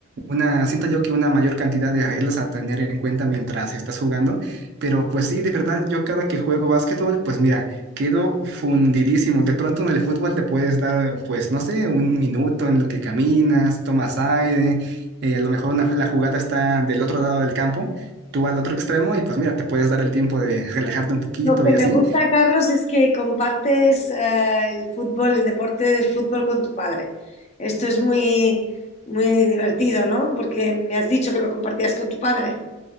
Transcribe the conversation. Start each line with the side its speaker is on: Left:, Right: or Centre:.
Right: una, siento yo que una mayor cantidad de reglas a tener en cuenta mientras estás jugando. Pero pues sí, de verdad, yo cada que juego básquetbol, pues mira, quedo fundidísimo. De pronto en el fútbol te puedes dar, pues no sé, un minuto en lo que caminas, tomas aire. eh, a lo mejor una, la jugada está del otro lado del campo, tú al otro extremo y pues mira, te puedes dar el tiempo de relajarte un poquito
Left: Lo que
Right: y así.
Left: me gusta, Carlos, es que compartes eh, el fútbol, el deporte del fútbol con tu padre. Esto es muy, muy divertido, ¿no? Porque me has dicho que lo compartías con tu padre.